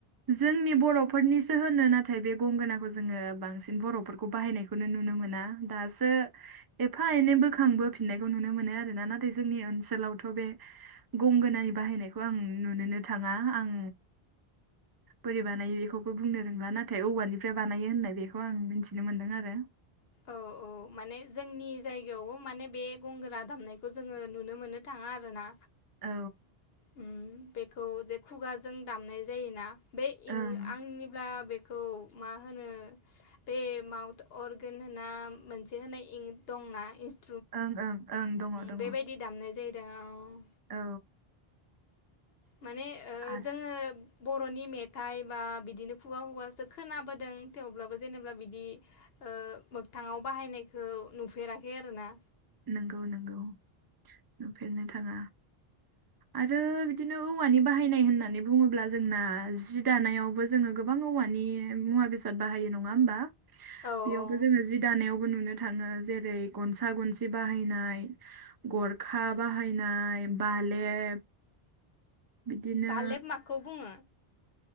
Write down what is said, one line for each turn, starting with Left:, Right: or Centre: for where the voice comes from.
Right: जोंनि बर'फोरनिसो होनो नाथाय बे गंगोनाखौ जोङो बांसिन बर'फोरखौ बाहायनायखौ नु नुनो मोना दासो एफा एनै बोखांबोफिननायखौ नुनो मोनो आरोना नाथाय जोंनि ओनसोलावथ' बे गंगोनानि बाहायनायखौ आं नुनोनो थाङा आं बोरै बानायो बेखौबो बुंनो रोंला नाथाय औवानिफ्राय बानायो होननाय बेखौ आं मिन्थिनो मोन्दों आरो <inaudible>
Left: औ औ माने जोंनि जायगायावबो माने बे गंगोना दामनायखौ जोङो नुनो मोननो थाङा आरो ना
Right: औ
Left: उम बेखौ जे खुगाजों दामनाय जायोना बे इं
Right: ओं
Left: आंनिब्ला बेखौ मा होनो बे माउथ अ ना मोनसे होनना इंक इनस
Right: ओं ओं ओं दङ दङ
Left: <inaudible> दामनाय जायो दा औ
Right: औ
Left: माने ओ
Right: आरो
Left: जोङो बर'नि मेथाइ बा बिदिनो खुगा खुगासो खोनाबोदों थेवब्लाबो जेनेबा बिदि ओ मोखथाङाव बाहायनायखौ नुफेराखै आरो ना
Right: नंगौ नंगौ नुफेरनो थाङा आरो बिदिनो औवानि बाहायनाय होननानै बुङोब्ला जोंना जि दानायावबो जोङो गोबां औवानि मुवा बेसाद बाहायो नङा होमबा
Left: औ
Right: बेयावबो
Left: औ
Right: जोङो जि दानायावबो नुनो थाङो जेरै गनसा गनसि बे बाहायनाय गरखा बाहायनाय बालेब बिदिनो
Left: बालेब माखौ बुङो